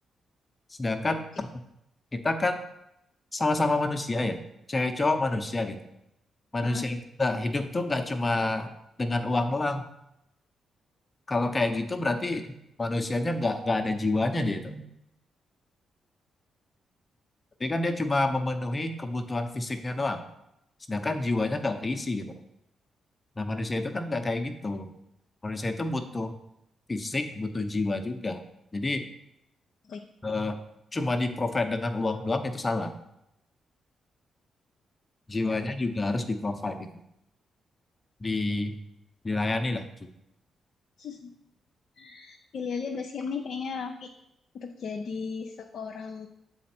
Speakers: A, on the left (about 35°); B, on the left (about 65°).
A: sedangkan
B: Ya.
A: kita kan sama-sama manusia ya cewek cowok manusia gitu manusia
B: Hmm,
A: itu nggak hidup tuh nggak cuma dengan uang doang kalau kayak gitu berarti manusianya nggak nggak ada jiwanya dia itu tapi kan dia cuma memenuhi kebutuhan fisiknya doang sedangkan jiwanya nggak keisi gitu nah manusia itu kan nggak kayak gitu manusia itu butuh fisik butuh jiwa juga jadi
B: setuju.
A: eh, cuma di provide dengan uang doang itu salah. Jiwanya
B: pendapat.
A: juga harus di provide itu. Di dilayani lah.
B: <laughs> Pilihannya Basir nih kayaknya Raffi untuk jadi seorang